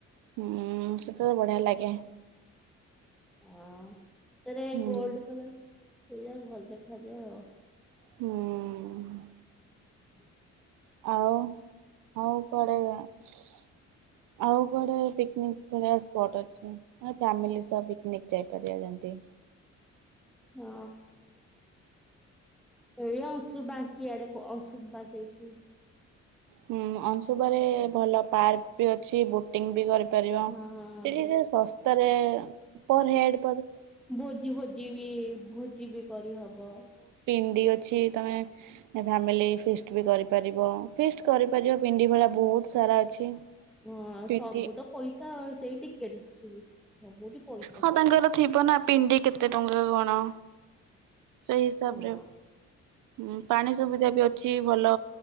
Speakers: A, on the right; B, in the centre.
A: ହୁଁ ସେତ ତ ବଢିଆ ଲାଗେ।
B: ହଁ। ସତରେ
A: ହୁଁ
B: ଗୋଲ୍ଡ କଲର। ଏୟା ଭଲ ଦେଖାଯାଏ ଆଉ।
A: ହୁଁ।
B: ହୁଁ
A: ଆଉ ଆଉ କୁଆଡେ ସ୍ ଆଉ କୁଆଡେ ପିକନିନ ସ୍ପଟ୍ ଅଛି ଆଉ ଫ୍ୟାମିଲି ସହ ପିକନିକ୍ ଯାଇ ପାରିବା ଯେମିତି।
B: ହଁ ଏ ଅଂଶୁପା ବାଙ୍କି ଆଡେ କୁଆ ଅଂଶୁପା ସେଇଠି।
A: ହୁଁ ଅଂଶୁପାରେ ଭଲ ପାର୍କ ବି ଅଛି ବୋଟିଂ ବି କରି କରିବା
B: ହଁ।
A: ସେଠି ସବୁ ଶସ୍ ତାରେ ପର ହେଡ଼୍।
B: ଭୋଜି ଫୋଜି ବି। ଭୋଜି ବି କରିହବ।
A: ପଡି ଅଛି ତମେ ଫାମିଲି ଫିଷ୍ଟ ବି କରିପାରିବ ଫିଷ୍ଟ କରିପାରିବ ପିଣ୍ଡି ଭଳିଆ ବହୁତ ସାରା ଅଛି।
B: ହଁ
A: ପିଣ୍ଡି
B: ସବୁ ତ ପଇସା ସେଇ ଟିକେଟ ସେଠି ବି। ସବୁଠି ପଇସା।
A: ହଁ ତାଙ୍କର ଥିବ ନା ପିଣ୍ଡି କେତେ ଟଙ୍କା କଣ? ଣ ସେଇ ହିସାବରେ।
B: ହଁ
A: ହୁଁ ପାଣି ସୁବିଧା ବି ଅଛି ଭଲ